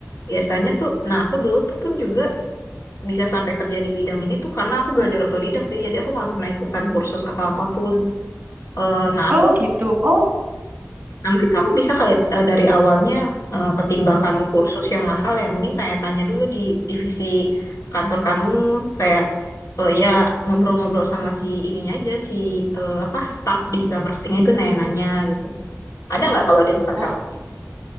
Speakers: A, on the left; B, on the right.
A: Biasanya tuh, nah aku dulu tuh pun juga bisa sampai kerja di bidang ini tuh karena aku belajar otodidak sih. Jadi aku nggak pernah ikutan kursus atau apapun. Eh, nah aku,
B: Oh gitu. Oh,
A: nah mungkin kamu bisa kali eh, dari awalnya eh, ketimbang kamu kursus yang mahal, ya mending tanya-tanya dulu di divisi kantor kamu kayak eh, ya ngobrol-ngobrol sama si ininya aja si eh, apa staff digital marketing itu nanya-nanya gitu. Ada nggak kalau di tempat
B: wah
A: kamu?